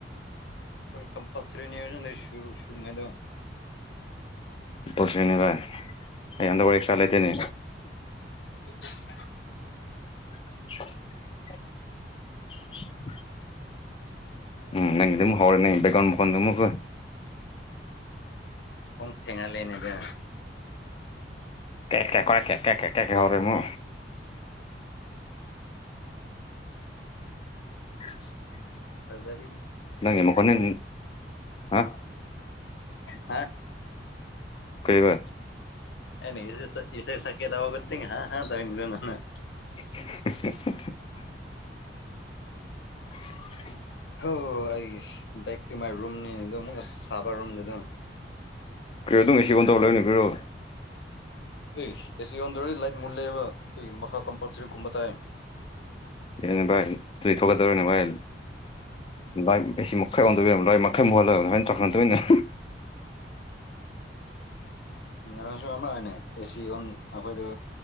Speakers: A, on the left (about 80°); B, on the left (about 30°).
A: ꯣꯏ ꯀꯝꯄꯜꯁꯔꯤꯅꯤ ꯁꯨꯅꯉꯥꯏꯗ
B: ꯄꯣꯁꯅꯤ ꯚ ꯑꯟꯗꯒꯦꯛ ꯁꯂꯥꯏꯇꯦꯅꯤ
A: <inaudible>
B: <inaudible> <inaudible> ꯎꯝ ꯅꯪ ꯑꯗꯨ ꯍꯔ ꯅꯪꯕꯒꯣꯟ ꯃꯨꯣꯟꯟ ꯃꯒ
A: ꯐꯣꯡ ꯐꯦꯡꯅꯥ ꯂꯩꯅꯗ
B: ꯀꯩ ꯀꯩ ꯀ ꯀꯦ ꯀꯌꯥ ꯀꯩ ꯀ ꯀꯩ ꯍꯧꯔꯤꯃꯨ <inaudible>
A: ꯐꯗꯕꯤꯒꯤ
B: ꯅꯪ ꯃꯀꯣꯟꯅꯤ ꯑ
A: ꯍꯥ
B: ꯀꯩꯕ
A: ꯑꯅꯦ ꯏ ꯏꯁ ꯁꯀꯦꯗꯒꯠꯇꯦꯡ ꯍꯥ ꯍꯥ ꯇꯧ ꯏ ꯅ
B: <inaudible> <inaudible>
A: ꯍ ꯑꯩ ꯕꯦꯛ ꯇꯨ ꯃꯥꯏ ꯔꯨꯝꯅꯤꯅꯦ ꯑꯗꯨꯝ ꯑꯃꯨꯛ ꯁꯥꯕ ꯔꯨꯝꯗ ꯑꯗꯨꯝ
B: ꯀ꯭ꯔꯦ ꯑꯗꯨꯝ ꯑꯦ ꯁꯤ ꯀꯣꯟ ꯇꯧꯔ ꯂꯩꯣꯏꯅꯤ ꯀ꯭ꯔꯣ
A: ꯑꯦ ꯑꯦꯁꯤ ꯑꯣꯟꯗ꯭ꯔꯗꯤ ꯂꯥꯏꯠ ꯃꯨꯜꯂꯦꯕ ꯑꯗꯨꯒꯤ ꯃꯈꯥ ꯀꯝꯄꯜꯁꯔꯤ ꯀꯨꯝꯕ ꯇꯥꯏ
B: ꯅꯦ ꯚꯥꯏ ꯑꯗꯨꯗꯤ ꯊꯣꯛꯀꯠꯇꯧꯔꯅꯦ ꯚꯥꯏ ꯂꯥꯏ ꯑꯁꯤꯁꯤ ꯃꯈꯥꯏ ꯑꯣꯟꯗ ꯌꯥꯕ ꯂꯥꯏ ꯃꯈꯩ ꯃꯨꯍꯜꯂꯕꯅꯤ ꯍꯥꯏꯥꯏꯅ ꯆꯥꯎꯥꯛꯈꯟꯗꯣꯏꯅꯤꯅ
A: ꯔꯝꯁ ꯑꯃ ꯑꯣꯏꯅ ꯑꯦꯁꯤ ꯑꯣꯟ ꯑꯩꯈꯣꯏꯗ